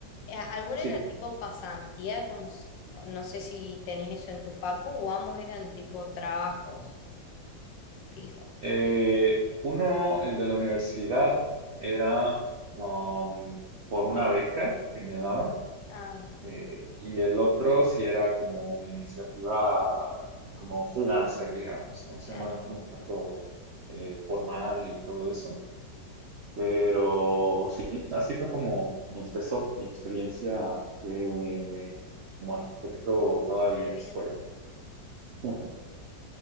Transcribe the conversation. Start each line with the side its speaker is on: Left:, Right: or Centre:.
Left: eh, ¿alguno
Right: Sí.
Left: era tipo pasantía? Como, s- no sé si tenés eso en tu facu, o ambos eran tipo trabajos fijos.
Right: Eh, uno, el de la universidad, era um, por una beca que me daban.
Left: Ah,
Right: Eh, y el otro sí era como iniciativa, como freelancer, digamos, ¿no? O
Left: claro,
Right: sea, no era un contrato eh, formal y todo eso. Pero sí, así fue como como empezó mi experiencia de, como arquitecto todavía
Left: súper
Right: en
Left: bien.
Right: la escuela. <laughs>